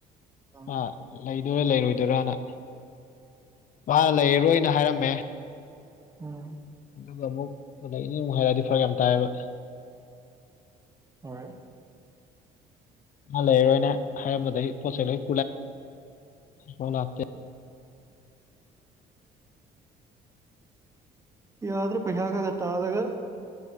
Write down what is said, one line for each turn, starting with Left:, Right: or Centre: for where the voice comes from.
Right: ꯎꯝ
Left: ꯑ ꯂꯩꯗꯣꯏꯔꯥ ꯂꯩꯔꯣꯏꯗꯣꯏꯔꯅ ꯃꯥꯅ ꯂꯩꯔꯔꯣꯏꯅ ꯍꯥꯏꯔꯝꯃꯦ
Right: ꯎꯝ
Left: ꯑꯗꯨꯒ ꯑꯃꯨꯛ ꯑꯗꯩ ꯑꯃꯨꯛ ꯍꯥꯏꯔꯗꯤ ꯐꯔꯛ ꯌꯥꯝ ꯇꯥꯏꯌꯦꯕ
Right: ꯍꯣꯏ
Left: ꯃꯥ ꯂꯩꯔꯔꯣꯏꯅꯦ ꯍꯥꯏꯔꯝꯕꯗꯒꯤ ꯄꯣꯠ ꯆꯩꯩ ꯂꯣꯏ ꯄꯨꯜꯂꯛꯑꯦ
Right: ꯌꯥꯗ꯭ꯔꯣ ꯄꯩꯁꯥꯒꯦ ꯇꯥꯔꯒ